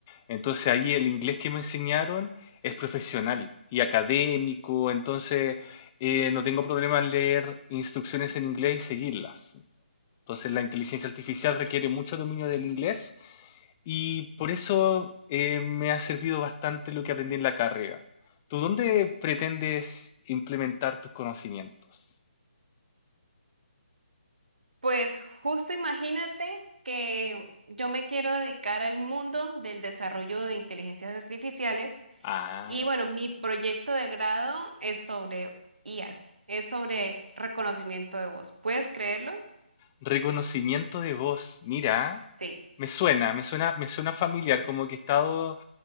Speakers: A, on the left; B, on the right.
A: Entonces ahí el inglés que me enseñaron es profesional y académico, entonces eh, no tengo problema en leer instrucciones en inglés y seguirlas. Entonces la inteligencia artificial requiere mucho dominio del inglés y por eso eh, me ha servido bastante lo que aprendí en la carrera. ¿Tú dónde pretendes implementar tus conocimientos?
B: Pues justo imagínate que yo me quiero dedicar al mundo del desarrollo de inteligencias artificiales
A: Ah,
B: y bueno, mi proyecto de grado es sobre IAS, es sobre reconocimiento de voz. ¿Puedes creerlo?
A: reconocimiento de voz. Mira,
B: Sí.
A: me suena, me suena, me suena familiar, como que he estado